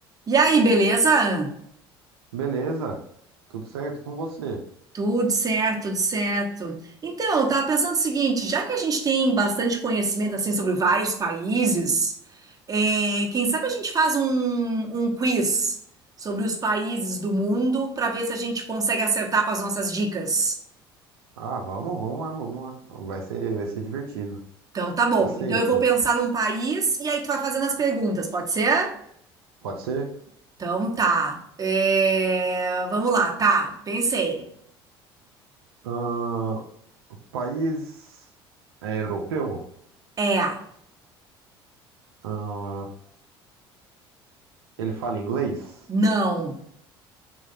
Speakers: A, on the right (about 30°); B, on the right (about 75°).
A: E aí, beleza?
B: Beleza, tudo certo e com você?
A: Tudo certo, tudo certo. Então, eu tava pensando o seguinte, já que a gente tem bastante conhecimento assim sobre vários países, é, quem sabe a gente faz um, um quiz sobre os países do mundo para ver se a gente consegue acertar com as nossas dicas.
B: Ah, vamos, vamos lá, vamos lá. Vai ser, vai ser divertido.
A: Então, tá bom.
B: Aceito.
A: Então, eu vou pensar num país e aí tu vai fazendo as perguntas, pode ser?
B: Pode ser?
A: Então, tá. É, vamos lá, tá. Pensei.
B: Ah, o país é europeu?
A: É,
B: Ah, ele fala inglês?
A: não,